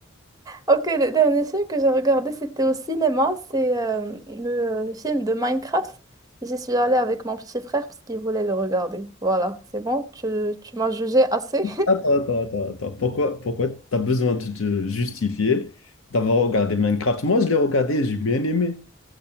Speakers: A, on the right; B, on the left.
A: Ok, le dernier film que j'ai regardé, c'était au cinéma, c'est euh, le, le film de Minecraft. J'y suis allée avec mon petit frère parce qu'il voulait le regarder. Voilà, c'est bon, tu, tu m'as jugé assez.
B: Attends, attends, attends, attends. Pourquoi, pourquoi t'as besoin de te justifier d'avoir regardé Minecraft? Moi, je l'ai regardé et j'ai bien aimé.